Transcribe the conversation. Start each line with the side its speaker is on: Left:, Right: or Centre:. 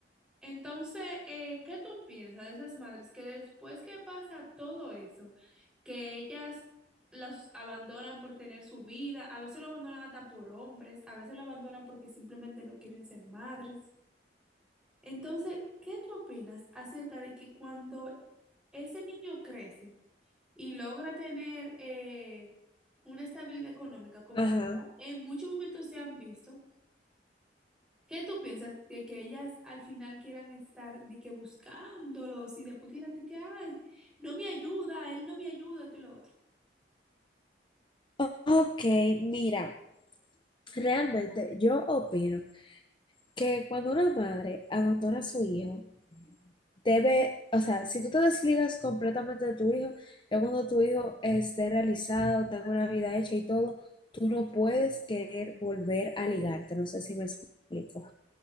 Centre: Entonces, eh, ¿qué tú piensas de esas madres que después que pasa todo eso, que ellas los abandonan por tener su vida, a veces lo abandonan hasta por hombres, a veces lo abandonan porque simplemente no quieren ser madres? Entonces, ¿qué tú opinas acerca de que cuando ese niño crece y logra tener eh, una estabilidad económica, como
Left: Ajá.
Centre: que en muchos momentos se han visto, ¿Qué tú piensas de que ellas al final quieran estar de que buscándolos y después quieran de que, ay, no me ayuda, él no me ayuda, esto y lo otro?
Left: O- ok, mira, realmente yo opino que cuando una madre abandona a su hijo, debe, o sea, si tú te desligas completamente de tu hijo, ya cuando tu hijo esté realizado, tenga una vida hecha y todo, tú no puedes querer volver a ligarte. No sé si me explico.